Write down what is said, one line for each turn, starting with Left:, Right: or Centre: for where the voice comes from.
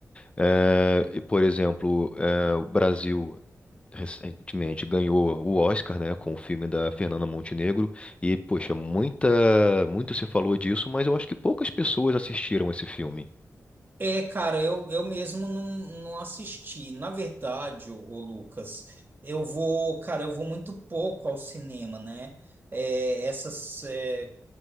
Left: Eh, e, por exemplo, eh, o Brasil recentemente ganhou o Oscar, né, com o filme da Fernanda Montenegro e poxa, muita, muito se falou disso, mas eu acho que poucas pessoas assistiram esse filme.
Right: É, cara, eu, eu mesmo não, não assisti. Na verdade, ô, ô Lucas, eu vou, cara, eu vou muito pouco ao cinema, né? É, essas, é,